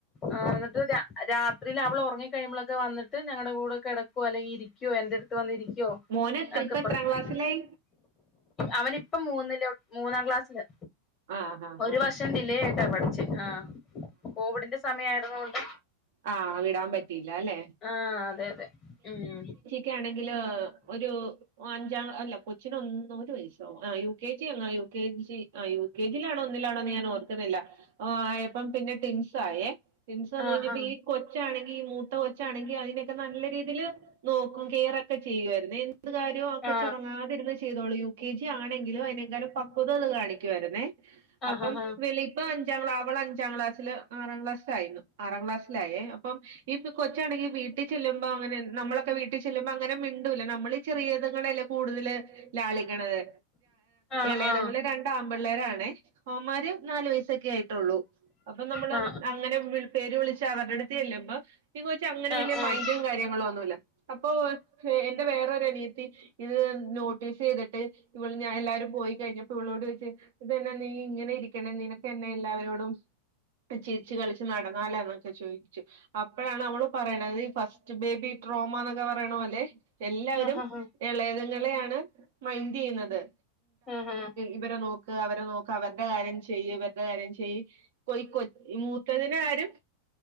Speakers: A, on the left; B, on the right.
A: ആഹ് അന്നിട്ട് രാ- ത്രിയില് അവള് ഒറങ്ങിക്കഴിയുമ്പോ ഒക്കെ വന്നിട്ട് ഞങ്ങളടെ കൂടെ കെടക്കുവോ അല്ലെങ്കി ഇരിക്കുവോ എന്റെടുത്ത് വന്നിരിക്കുവോ-
B: മോന്
A: ഒക്കെ
B: ഇപ്പ
A: പറയും
B: എത്രാം ക്ലാസ്സിലായി
A: അവനിപ്പം മൂന്നില് ലൊ മൂന്നാം ക്ലാസ്സില്
B: ആഹ് ആഹ്
A: ഒരു
B: ആഹ്
A: വർഷം ഡിലേ ആട്ടാ പഠിച്ചെ ആ കോവിഡിന്റെ സമയായിരുന്നു കൊണ്ട്
B: ആ വിടാൻ പറ്റിയില്ല അല്ലെ
A: ആ അതെ അതെ ഉം..
B: ക്യാണെങ്കിലോ ഒരു അഞ്ച അല്ല ഒരു വയസ്സോ ആഹ് യു. കെ. ജി എന്നോ യു. കെ. ജി ആഹ് യു. കെ. ജിയിലാണോ ഒന്നിലാണോ ഞാൻ ഓർക്കുന്നില്ല ആ ആയപ്പം പിന്നെ ടിൻസ് ആയേ ടിൻസ് വന്ന്
A: ആഹാ
B: കഴിഞ്ഞ് അപ്പൊ ഈ കൊച്ചാണെങ്കിൽ ഈ മൂത്ത കൊച്ചാണെങ്കിൽ അതിനൊക്കെ നല്ല രീതിയിൽ നോക്കും കെയറൊക്കെ ചെയ്യുവായിരുന്നു എ എന്ത് കാര്യവും ആഹ് കൊച്ചുറങ്ങാതിരുന്ന്
A: ആ
B: ചെയ്തോളിയൂ ട്ടി ജെ ആണെങ്കിലും <unintelligible> പക്കെത കാണിക്കാരുന്നേ
A: ആ
B: അപ്പം
A: ഹ ഹ
B: വലി ഇപ്പം അഞ്ചാം ക്ളാ അവൾ അഞ്ചാം ക്ലാസിൽ ആറാം ക്ലാസ്സിലായിരുന്നു ആറാം ക്ലാസ്സിലായേ അപ്പം ഈ കൊച്ചാണെങ്കിൽ വീട്ടിൽ ചെല്ലുമ്പോ അങ്ങനെ നമ്മളൊക്കെ വീ വീട്ടിൽ ചെല്ലുമ്പോ അങ്ങനെ മിണ്ടൂല നമ്മൾ ചെറിയത്ങ്ങളല്ലേ കൂടുതല് ലാളിക്കണത്
A: ആ
B: ഇളയതങ്ങള്ൾ
A: ആ
B: രണ്ട് ആ മ്പിള്ളേരാണ് അവൻന്മാര് നാല് വയസ്സൊക്കെ ആയി ട്ടുള്ളൂ അപ്പൊ നമ്മള്
A: ആ ആ
B: അങ്ങനെ പേര് വിളിച്ചാ അവരുടെട്ത്ത് ചെല്ലുമ്പോ ഈ കൊച്ച്അങ്ങനെ
A: ആ ആ ആ
B: വലിയ ഈ ഈ കെച്ച് അങ്ങനെ വല്ല്യ മൈൻഡും കാര്യങ്ങളും ഒന്നുമല്ല അപ്പോ എന്റെ വേറൊരു അനിയത്തി ഇത് നോട്ടീസ് ചെയ്തിട്ട് ഇവള് ഇത് ഇത് നോട്ടീസ് ചെയ്തിട്ട് ഇവള് എല്ലാരും പോയിക്കഴിഞ്ഞപ്പോ ഇവളോട് ചോദിച്ചു ഇത്ന്നെ നീ ഇങ്ങനെ ഇരിക്കണ നീനൊക്കെ എന്നന്നെ എല്ലാവരോടും ചിരിച്ചു കളിച്ച് നടന്നാല എന്ന ചോദിച്ചു അപ്പഴാണ് അവള് പറയണത് ഈ ഫസ്റ്റ് ബേബി ട്രോമ എന്നൊക്കെ പറയണ പോലെ എല്ലാവരും
A: ഹ ഹ
B: ഇളയതങ്ങളെയാണ് മൈൻഡ്യയ്യുന്നത്
A: ആ ഹ
B: ഇവരെ നോക്ക <unintelligible> അവരെ നോക്ക് അവരുടെ കാര്യം ചെയ്യ് ഇവരുടെ കാര്യം ചെയ്യ് കൊയ് കൊ മൂത്തതിന ആരും